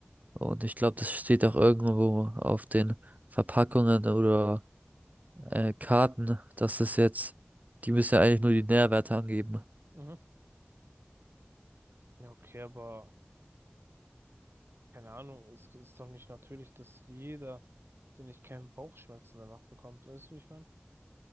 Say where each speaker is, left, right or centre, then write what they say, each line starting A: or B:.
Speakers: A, on the right (about 40°); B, on the right (about 75°).
A: Und ich glaube, das steht auch irgendwo auf den Verpackungen oder äh, Karten, dass das jetzt, die müssen ja eigentlich nur die Nährwerte angeben.
B: mhm. Ja, okay, aber keine Ahnung, es ist doch nicht natürlich, dass jeder, den ich kenne, Bauchschmerzen danach bekommt. Weißt du, wie ich meine?